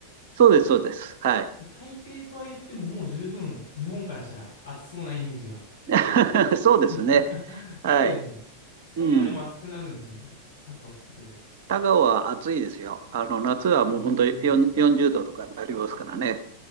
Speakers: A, on the right; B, on the left.
A: そうです、そうです。はい。
B: 台北とは言ってももう十分日本からしたら暑そうなイメージが。
A: <laughs> そうですね。
B: <laughs> そうですね。
A: はい。
B: それよりも暑くなるんですね。
A: うん。
B: 高尾っていうとこは。
A: 田川は暑いですよ。あの、夏はもう本当に4
B: ええ。
A: 40度とかになりますからね。